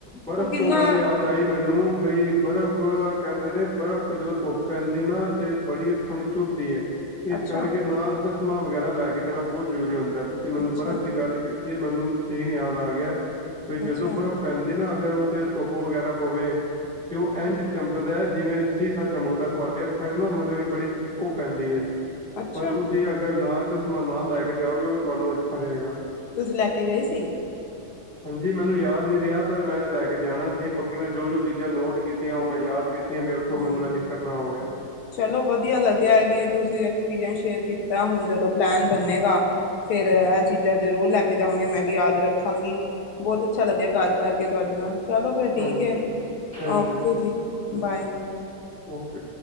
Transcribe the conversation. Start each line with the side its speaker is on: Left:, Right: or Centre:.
Centre: ਬਰਫ਼
Left: ਕਿੰਨਾ
Centre: ਤੋਂ ਗੱਲ ਯਾਦ ਆਈ ਮੈਨੂੰ ਬਈ ਬਰਫ਼ ਕਹਿੰਦੇ ਨੇ ਬਰਫ਼ ਤੇ ਜਦੋਂ ਧੁੱਪ ਪੈਂਦੀ ਨਾ ਤੇ ਬੜੀ ਅੱਖਾਂ ਚੁਭਦੀ ਹੈ। ਇਸ
Left: ਅੱਛਾ
Centre: ਕਰਕੇ ਨਾਲ ਚਸ਼ਮਾਂ ਵਗੈਰਾ ਲੈ ਕੇ ਜਾਣਾ ਬਹੁਤ ਜ਼ਰੂਰੀ ਹੁੰਦਾ ਤੁਸੀਂ ਮੈਨੂੰ
Left: ਅੱਛਾ,
Centre: ਬਰਫ਼ ਦੀ ਗੱਲ ਕੀ ਤੇ ਮੈਨੂੰ ਸੀਨ ਯਾਦ ਆ ਗਿਆ ਵੀ ਜਦੋਂ
Left: ਅੱਛਾ,
Centre: ਬਰਫ਼ ਪੈਂਦੀ ਨਾ ਅਗਰ ਉਥੇ ਧੁੱਪ ਵਗੈਰਾ ਪਵੇ ਅਤੇ ਉਹ ਇੰਝ ਚਮਕਦਾ ਹੈ ਜਿਵੇਂ ਸ਼ੀਸਾ ਚਮਕਦਾ ਤੁਹਾਡੇ ਅੱਖਾਂ 'ਚ ਨਾ ਮਤਲਬ ਕਿ ਬੜੀ ਉਹ ਪੈਂਦੀ ਐ।
Left: ਅੱਛਾ
Centre: ਪਰ ਤੁਸੀਂ ਅਗਰ ਨਾਲ ਚਸ਼ਮਾ ਨਾਲ ਲੈ ਕੇ ਜਾਓਗੇ ਉਹ ਵੀ ਤੁਹਾਨੂੰ ਅੱਛਾ ਰਹੇਗਾ।
Left: ਤੁਸੀਂ ਲੈ ਕੇ ਗਏ ਸੀ।
Centre: ਹਾਂਜੀ ਮੈਨੂੰ ਯਾਦ ਨਹੀਂ ਗਿਆ। ਪਰ ਮੈਂ ਲੈ ਕੇ ਜਾਣਾ ਸੀ ਬਾਕੀ ਮੈਂ ਜੋ ਦੋ ਚੀਜ਼ਾਂ ਨੋਟ ਕੀਤੀਆਂ ਓ ਮੈਂ ਯਾਦ ਕੀਤੀਆਂ ਵੀ ਆਖੋ
Left: ਹਾਂਜੀ।
Centre: ਮੈਨੂੰ ਐ ਦਿੱਕਤ ਨਾ ਓਵੇਂ
Left: ਚਲੋ ਵਧੀਆ ਲੱਗਿਆ ਕਿ ਤੁਸੀਂ ਐਕਸਪੀਰੀਅੰਸ ਸ਼ੇਅਰ ਕੀਤਾ। ਹੁਣ ਜਦੋਂ ਪਲੈਨ ਬੰਨੇਗਾ। ਫੇਰ ਐ ਚੀਜ਼ਾਂ ਜ਼ਰੂਰ ਲੈ ਕੇ ਜਾਵਾਂਗੇ। ਮੈਂ ਵੀ ਯਾਦ ਰੱਖਾਂਗੀ। ਬੋਤ ਅੱਛਾ ਲੱਗਿਆ ਗੱਲ ਕਰਕੇ ਤੁਆਡੇ ਨਾਲ। ਚਲੋ ਫੇਰ ਠੀਕ
Centre: ਹਾਂਜੀ
Left: ਏ।
Centre: ਥੈਂਕ
Left: ਓਕੇ
Centre: ਯੂ
Left: ਜੀ ਬਾਏ।
Centre: ਓਕੇ।